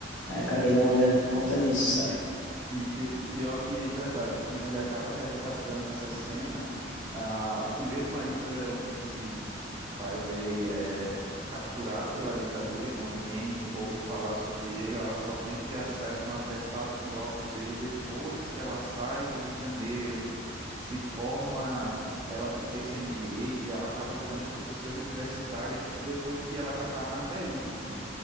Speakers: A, on the left (about 85°); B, on the right (about 30°).
A: aí acabei não olhando por conta disso, sabe?
B: E pi- pior que verdade, o filme ele acaba retratando essa cena. Ah, o primeiro marido da Eunice Paiva, ele é capturado pela ditadura e bom, ninguém ouve falar sobre ele, ela só vem ter acesso a um atestado de óbito dele depois que ela sai do Rio de Janeiro, se forma, ela não sei se é em direito e ela acaba virando professora universitária e tipo depois que ela já está na velhice